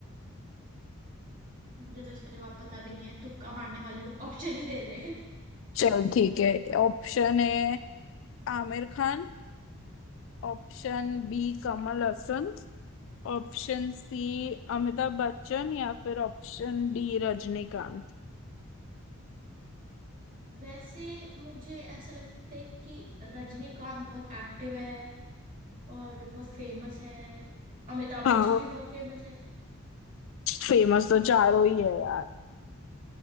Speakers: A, on the right; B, on the left.
A: मुझे तो इसका जवाब पता भी नहीं है तुक्का मारने वाली हूँ ऑप्शन ही दे दे
B: चल ठीक है Option A Aamir Khan Option B Kamal Haasan Option C Amitabh Bachchan या फिर ऑप्शन डी रजनीकांत
A: वैसे मुझे ऐसा लगता है कि रजनीकांत बहुत एक्टिव है और बहुत फेमस है अमिताभ
B: हाँ
A: बच्चन भी बहुत फेमस है
B: फेमस तो चारों ही है यार